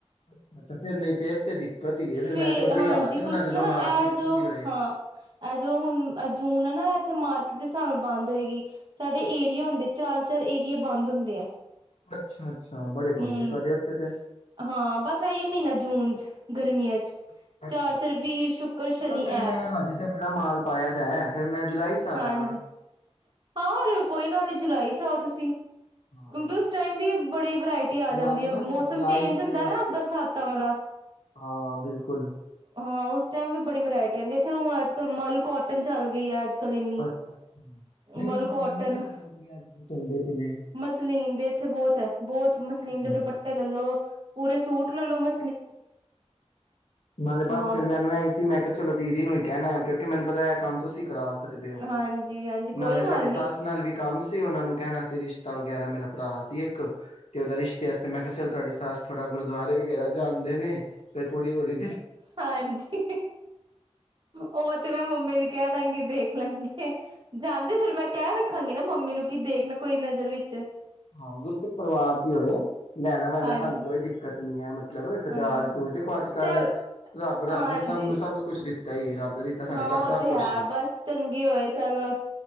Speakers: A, on the left; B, on the right.
A: ਅੱਛਾ ਅੱਛਾ ਨਹੀਂ ਫੇਰ ਤੇ ਦਿੱਕਤ ਹੀ ਏ
B: ਫੇਰ
A: ਮੈਂ ਤੇ ਉਦੋਂ ਹੀ
B: ਹਾਂਜੀ
A: ਆ ਸਕਣਾ
B: ਕੁਛ
A: ਜਦੋਂ
B: ਨਾ
A: ਮਾਰਕੀਟ
B: ਇਹ ਜੋ
A: ਖੁੱਲੀ ਹੋਏ।
B: ਹਾਂ ਇਹ ਜੋ ਹੁਣ ਜੂਨ ਨਾ ਥੇ ਮਾਰਕੀਟ ਦੇ ਹਿਸਾਬ ਨਾਲ ਬੰਦ ਹੋਏਗੀ ਸਾਡੇ ਏਰੀਏ ਹੁੰਦੇ ਚਾਰ ਚਾਰ ਏਰੀਏ ਬੰਦ ਹੁੰਦੇ ਆ
A: ਅੱਛਾ ਅੱਛਾ ਬੜੇ
B: ਹਮ
A: ਪੰਗੇ ਤੁਹਾਡੇ ਉੱਥੇ ਤੇ।
B: ਹਾਂ ਬਸ ਇਹੀ ਮਹੀਨਾ ਜੂਨ ਚ ਗਰਮੀੀਆਂ ਚ
A: ਅੱਛਾ
B: ਚਾਰ
A: ਅ
B: ਚਾਰ ਵੀਰ ਸ਼ੁੱਕਰ ਸ਼ਨੀ
A: ਚਲੋ ਫਿਰ
B: ਐਤ
A: ਮੈਂ ਹਜੇ ਤੇ ਬੜਾ ਮਾਲ ਪਾਇਆ ਦਾ ਫਿਰ ਮੈਂ ਜੁਲਾਈ ਚ ਆ
B: ਹਾਂਜੀ
A: ਜਾਂਗਾ।
B: ਹਾਂ ਕੋਈ ਗੱਲ ਨਹੀਂੀ ਜੁਲਾਈ ਚੋ ਤੁਸੀਂ
A: ਹਾਂ
B: ਕਿਉੰਕੀ ਉਸ ਟਾਈਮ ਵੀ ਪੜਿ ਵਰਾਇਟੀ ਆ ਜਾਂਦੀ
A: ਨਾਲੇ
B: ਹੈ
A: ਨਾ ਫਿਰ
B: ਮੌਸਮ
A: ਜੁਲਾਈ
B: ਚੇਂਜ ਹੁੰਦਾ
A: ਚ
B: ਨਾ ਬਰਸਾਤਾਂ ਵਾਲਾ
A: ਹਾਂ ਬਿਲਕੁਲ
B: ਹਾਂ ਉਸ ਟਾਈਮ ਵੀ ਬੜੀ ਵਰਾਇਟੀ ਆਉਂਦੀ ਇੱਥੇੁਣ ਅੱਜ ਕੱਲ ਮਲ ਕੋ ਟ ਚੱਲ ਗਈ ਆ ਅੱਜ ਕਲੀਨੀ
A: ਅੱਛਾ ਅੱਛਾ। ਨਹੀਂ
B: ਮਲ
A: ਮਸਲੀਨ
B: ਕੋਟਨ
A: ਦੇ ਸੂਟ ਵੀ ਅੱਜ ਕੱਲ ਚੱਲਦੇ ਪਏ ਨੇ।
B: ਮਸਲੀਨ ਦੇ ਇੱਥੇ ਬਹੁਤ ਹੈ ਬਹੁਤ ਮਸਲਿਨ
A: ਹੂੰ
B: ਦੇ ਦੁਪੱਟੇ ਲੈਲੋ ਪੂਰੇ ਸੂਟ ਲੈਲੋ ਮ
A: ਨਾਲੇ ਮੈਨੂੰ ਬਸ
B: ਹਾਂ
A: ਫੇਰ ਏਹੀ ਸੀ ਮੈਂ ਕਿਹਾ ਚਲੋ ਦੀਦੀ ਨੂੰ ਹੀ ਕਹਿਣਾ ਕਿਉਂਕਿ ਮੈਨੂੰ ਪਤਾ ਹੈ ਕੰਮ ਤੁਸੀਂ ਕਰਾ ਸਕਦੇ ਹੋ
B: ਹਾਂਜੀ ਹਾਂਜੀ ਕੋਈ
A: ਨਾਲੇ
B: ਗੱਲ
A: ਤੁਹਾਡੀ ਸੱਸ
B: ਨੀ
A: ਨਾਲ ਵੀ ਕੰਮ ਸੀ ਉਹਨਾਂ ਨੂੰ ਕਹਿਣਾ ਸੀ ਰਿਸ਼ਤਾ ਵਗੈਰਾ ਮੇਰਾ ਭਰਾ <unintelligible> ਤੇ ਉਹਦਾ ਰਿਸ਼ਤੇ ਮੈਂ ਕਿਹਾ ਚਲ ਤੁਹਾਡੀ ਸੱਸ ਥੋੜਾ ਗੁਰਦੁਆਰੇ <unintelligible> ਜਾਂਦੇ ਨੇ ਕੁੜੀ ਕੁੜੀ
B: ਹਾਂਜੀ ਉਹ ਤੇ ਮੈਂ ਮੰਮੀ ਨੂੰ ਕਹਿ ਦਵਾਂਗੀ ਦੇਖ ਲੈਣਗੇ ਜਾਂਦੇ ਫੇਰ ਮੈਂ ਕਹਿ ਰੱਖਾਂਗੀ ਨਾ ਮੰਮੀ ਨੂੰ ਕੀ ਦੇਖਣਾ ਕੋਈ ਨਜ਼ਰ ਵਿੱਚ
A: ਹਾਂ ਗੁਰਸਿੱਖ ਪਰਿਵਾਰ ਦੀ ਹੋਏ ਲੈਣਾ ਪੈਣਾ
B: ਹਾਂਜੀ
A: ਸਾਨੂੰ ਕੋਈ ਦਿੱਕਤ ਨੀ ਮਤਲਬ
B: ਅ
A: ਦਾਜ ਦੂਜ ਦੇਖੋ ਅੱਜ ਕੱਲ੍ਹ
B: ਚੱਲ
A: ਰੱਬ ਰੱਬ
B: ਹਾਂਜੀ
A: ਨੇ ਸਭ ਨੂੰ ਸਭ ਕੁੱਛ ਦਿੱਤਾ ਹੀ ਰੱਬ ਦਾ ਦਿੱਤਾ ਸਾਡੇ
B: ਹਾਂ
A: ਘਰ
B: ਉਹ
A: ਸਭ
B: ਤੇ
A: ਕੁਛ
B: ਹੈ ਬਸ ਚੰਗੀ ਹੋਏ ਚੱਲ